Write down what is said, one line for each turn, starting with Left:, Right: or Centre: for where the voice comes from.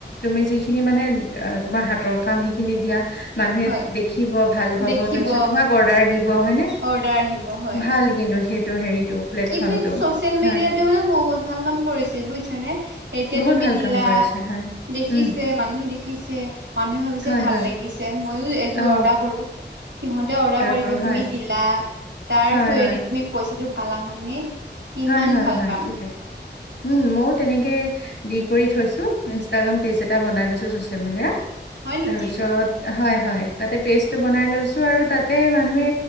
Left: তুমি যি খিনি মানে তোমাৰ হাতৰ কাম সেইখিনিত দিয়া মানুহে
Right: হয়
Left: দেখিব ভাল পাব
Right: দেখিব
Left: তাৰ পিছত তোমাক অৰ্ডাৰ দিব হয়নে?
Right: অৰ্ডাৰ আহিব হয়।
Left: ভাল কিন্তু সেইটো হেৰিটো প্লেটফৰ্মটো
Right: কিন্তু চচিয়েল মিডিয়াতো
Left: হয়
Right: মানে বহুত ভাল কাম কৰিছে বুয়ছা নে এতিয়া
Left: বহুত
Right: তুমি
Left: ভাল
Right: দিলা
Left: কাম কৰিছে হয়।
Right: দেখিছে
Left: উম
Right: মানুহে দেখিছে মানুহে ভাবিছে
Left: হয়
Right: ভাল
Left: হয়
Right: লাগিছে। মইয়ো এযোৰ
Left: অ
Right: অৰ্ডাৰ কৰো সিহঁতে অৰ্ডাৰ কৰিব
Left: কৰো
Right: তুমি
Left: হয়
Right: দিলা তাৰ
Left: হয়
Right: <unintelligible> তুমি পইচাটো পালা হয়নে। কিমান
Left: হয়-হয়,
Right: ভাল
Left: হয়
Right: কাম
Left: সেইটোৱে উম, মইও তেনেকে দি কৰি থৈছো ইনষ্টাগ্ৰাম পেজ এটা বনাই লৈছো চচিয়েল মিডিয়াত।
Right: হয় নেকি
Left: তাৰপিছত হয়-হয় তাতে পেষ্টটো বনাই লৈছোঁ আৰু তাতে মানুহে